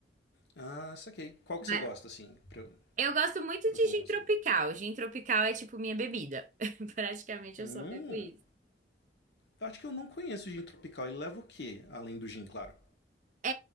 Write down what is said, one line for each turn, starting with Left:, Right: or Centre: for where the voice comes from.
Left: Ah, saquei. Qual
Right: Mas
Left: que você gosta, assim, pra eu,
Right: eu gosto muito
Left: pra
Right: de
Left: eu tomar
Right: gin
Left: noção?
Right: tropical. Gin tropical é tipo minha bebida. <laughs> Praticamente
Left: Hum,
Right: eu só bebo isso.
Left: eu acho que eu não conheço o gin tropical. Ele leva o quê? Além do gin, claro.
Right: É,